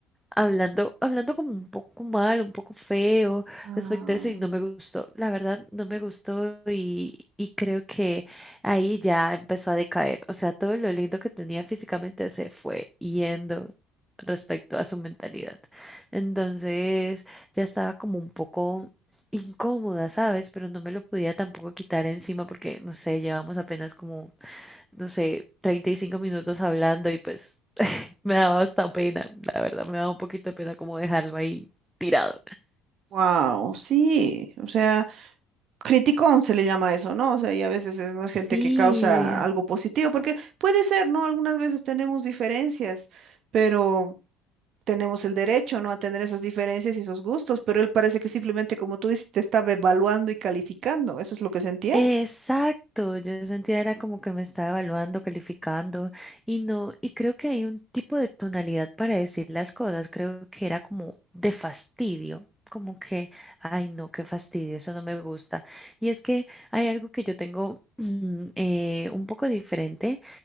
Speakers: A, in the centre; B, on the right.
A: hablando, hablando como un poco mal, un poco feo
B: Ah,
A: respecto a eso y no me gustó, la verdad no me gustó y, y creo que ahí ya empezó a decaer, o sea, todo lo lindo que tenía físicamente se fue yendo respecto a su mentalidad. Entonces ya estaba como un poco incómoda, ¿sabes? Pero no me lo podía tampoco quitar encima porque, no sé, llevamos apenas como, no sé, 35 minutos hablando y pues me daba hasta pena, la verdad, me daba un poquito de pena como dejarlo ahí tirado.
B: wow, sí, o sea. Criticón se le llama eso, ¿no? O sea, y a veces es más gente
A: Sí,
B: que causa algo positivo, porque puede ser, ¿no? Algunas veces tenemos diferencias, pero tenemos el derecho, ¿no? A tener esas diferencias y esos gustos, pero él parece que simplemente, como tú dices, te estaba evaluando y calificando. ¿Eso es lo que sentías?
A: exacto. Yo sentía era como que me estaba evaluando, calificando y no, y creo que hay un tipo de tonalidad para decir las cosas. Creo que era como de fastidio, como que, ay no, qué fastidio, eso no me gusta. Y es que hay algo que yo tengo <clears throat> eh, un poco diferente